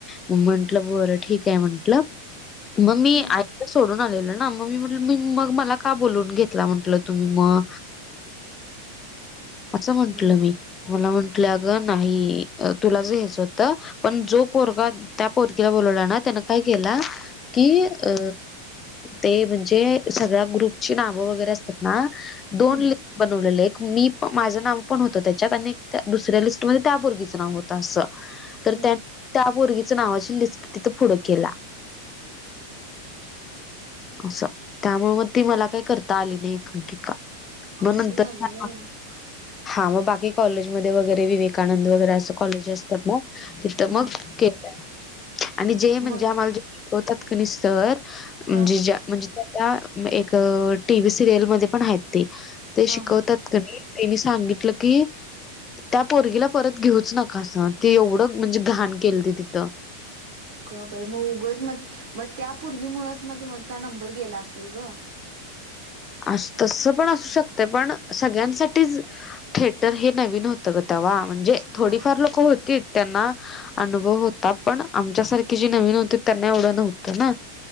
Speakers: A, on the left; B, on the right.
A: मी म्हंटल बरं ठीक आहे म्हंटल. मग मी
B: हम्म
A: आईला सोडून आलेलो ना म मी म्हटलं मी मग मला का बोलवून घेतला म्हटल तुम्ही म असं म्हंटल
B: मग
A: मी. मला म्हंटले अग नाही तुलाचं घ्यायचं होतं. पण जो पोरगा त्या पोरगीला बोलवला ना त्यान काय केला कि अ ते म्हणजे सगळ्या ग्रुपची नावं वगैरे असतात ना
B: हम्म
A: दोन ले बनवलेलं एक मी माझं नाव पण होतं त्याच्यात आणि एक त्या दुसऱ्या लिस्टमध्ये त्या पोरगीच नाव होतं असं.
B: <inaudible>
A: तर त्यानी त्या पोरगीच नावाची लिस्ट तिथे पुढं केल्या. असं त्यामुळे मग ती मला काही करता आली नाही एकांकिका.
B: असं
A: मग नंतर
B: झालं
A: <unintelligible>
B: व्हय
A: हा मग बाकी कॉलेजमध्ये वगैरे विवेकानंद वगैरे असं कॉलेज असतात ना तिथं
B: हा
A: मग केलेलं. आणि जय म्हणजे
B: मग
A: आम्हाला जे शिकवतात कणी सर म्हणजे
B: हा
A: ज्या म्हणजे जे आता एक टीव्ही सिरियल मध्ये पण आहेत ते, ते शिकवतात
B: हा हा
A: तर त्यांनी सांगितलं की. त्या पोरगीला परत घेऊच नकासा ते एवढं म्हणजे घाण केलती तिथं.
B: अग बाई म उगच म-मग त्या पुर्गी मुळच मग तुमचा नंबर गेला असल ग.
A: असं तसं पण असू शकते पण सगळ्यांसाठीच थिएटर हे नवीन होतं ग तवा म्हणजे
B: हा
A: थोडीफार लोक होती. त्यांना अनुभव होता पण आमच्यासारखे जे नवीन होते त्यांना एवढं नव्हतं ना.